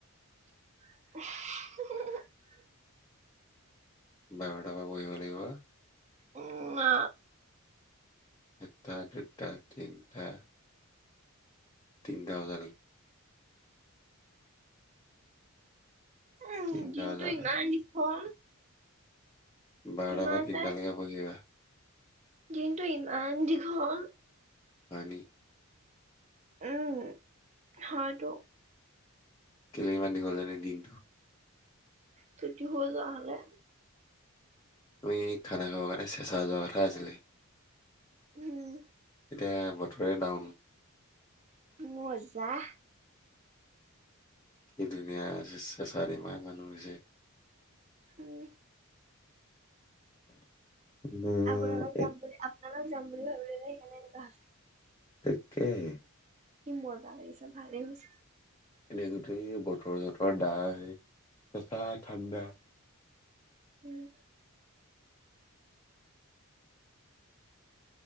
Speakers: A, on the right (about 30°); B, on the left (about 15°).
A: <inaudible>
B: ডাঙৰ ডাঙৰ পঢ়িব লাগিব।
A: উম, না।
B: এটা দুটা তিনিটা। তিনিটা বজালৈ।
A: উম
B: তিনটা
A: দিনটো
B: বজা
A: ইমান দীঘল।
B: বাৰটা
A: ইমান
B: বা তিনিটা
A: টাইম
B: লৈকে পঢ়িবা।
A: দিনটো ইমান দীঘল।
B: হয় নেকি?
A: উম, হয়তো।
B: কেইলে ইমান দীঘল জানি দিনটো।
A: ছুটি হ'ল নহ'লে।
B: তুমি খানা খাব কাৰণে চেঁচা যোৱা কথা আছিলে?
A: উম।
B: এতিয়া বতৰে ডাউন।
A: মজাহ।
B: কি ধুনীয়া আছে চে-চাৰিমাহ মানুহ হৈছে।
A: উম।
B: উম,
A: আপোনাৰ লগত
B: এই
A: যাম বুলি আপোনাৰ লগত যাম বুলি ভাবিলোঁ যে সেইকাৰণে এনেকুৱা হৈছে।
B: তেকেই।
A: কি মজা লাগিছে, ভালেই হৈছে।
B: এনে গোটেই বতৰ চতৰ দা হেৰি কেচা ঠাণ্ডা।
A: উম